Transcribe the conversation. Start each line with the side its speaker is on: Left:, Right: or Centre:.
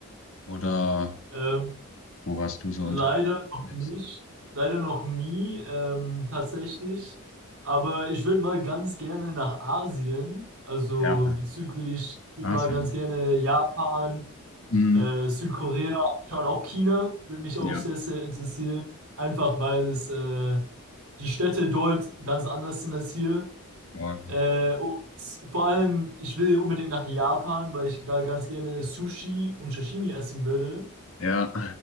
Left: Oder
Right: Ähm,
Left: wo warst du so
Right: leider
Left: unterwegs
Right: noch
Left: jetzt?
Right: nicht. Leider noch nie, ähm, tatsächlich. Aber ich würde mal ganz gerne nach Asien. Also
Left: Ja,
Right: bezüglich, ich würd
Left: Asien.
Right: mal ganz gerne Japan.
Left: Mhm.
Right: Äh, Südkorea, schauen auch China, würde mich auch
Left: Ja,
Right: sehr, sehr interessieren. Einfach weil es äh, die Städte dort ganz anders sind als hier.
Left: voll.
Right: Äh, und vor allem, ich will unbedingt nach Japan, weil ich da ganz gerne Sushi und Sashimi essen würde.
Left: Ja,